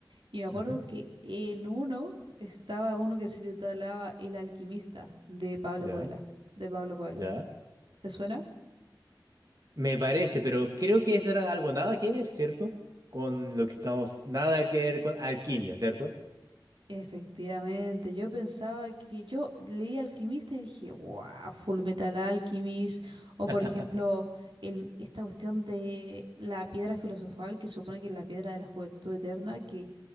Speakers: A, on the right; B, on the right.
A: Y me acuerdo
B: ujú,
A: que en uno estaba uno que se titulaba El alquimista de Pablo
B: ya,
A: Coelho, de Pablo Coelho.
B: ya.
A: ¿Te suena?
B: Me parece, pero creo que eso era algo nada que ver, ¿cierto? Con lo que estamos, nada que ver con alquimia, ¿cierto?
A: Efectivamente, yo pensaba que yo leí Alquimista y dije, wow, Full Metal Alchemist, o por
B: <laughs>
A: ejemplo, el- esta cuestión de la piedra filosofal, que supone que es la piedra de la juventud eterna, que